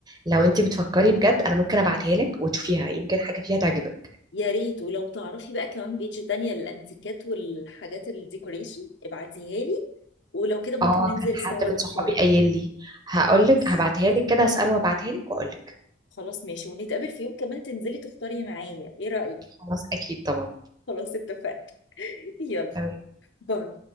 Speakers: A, on the right (about 20°); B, on the left (about 65°).
A: لو
B: الله
A: انت بتفكري بجد انا ممكن ابعتها لك وتشوفيها يمكن حاجه فيها تعجبك
B: يا ريت ولو تعرفي بقى كمان بيج تانية للأنتيكات والحاجات الديكوريشن ابعتيها لي ولو كده ممكن
A: اه
B: ننزل
A: كان حد
B: سوا
A: من
B: نختار
A: صحابي قايل لي هقول
B: خلاص
A: لك هبعتها لك كده اساله وابعتها لك واقول لك
B: خلاص ماشي ونتقابل في يوم كمان تنزلي تختاري معايا ايه رأيك؟
A: خلاص اكيد طبعا
B: خلاص اتفقنا <laughs> يلا
A: تمام
B: باي